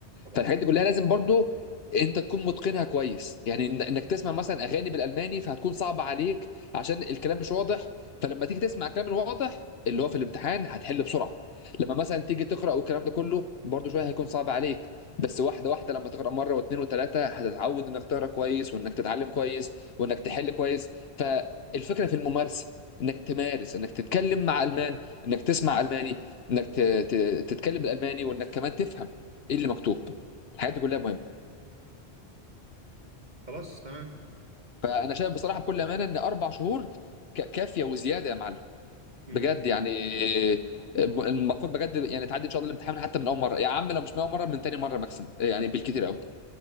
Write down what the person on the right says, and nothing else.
طبعا
خلاص تمام
و...
مم.